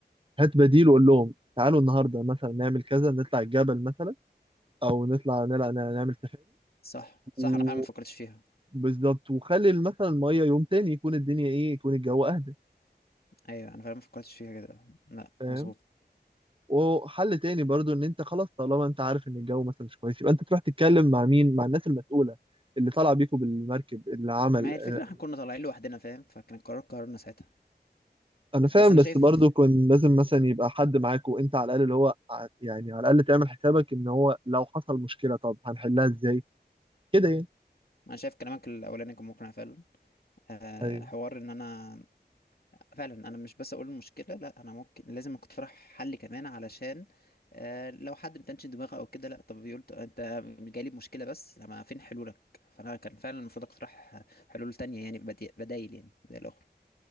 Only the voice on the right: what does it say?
هات بديل وقول لهم تعالوا النهارده مثلا نعمل كذا نطلع الجبل مثلا او نطلع نلع- نعمل
سفاري
بالظبط وخلي مثلا الميه يوم تاني يكون الدنيا ايه يكون الجو اهدى
فاهم
وحل تاني برضو ان انت خلاص طالما انت عارف ان الجو مثلا مش كويس يبقى انت تروح تتكلم مع مين مع الناس المسؤوله اللي طالع بيكوا بالمركب اللي عمل
آه،
انا فاهم
بس
برضو كان لازم مثلا يبقى حد معاكوا انت على الاقل اللي هو ع- يعني على الاقل تعمل حسابك ان هو لو حصل مشكله طب هنحلها ازاي كده يعني
ايوه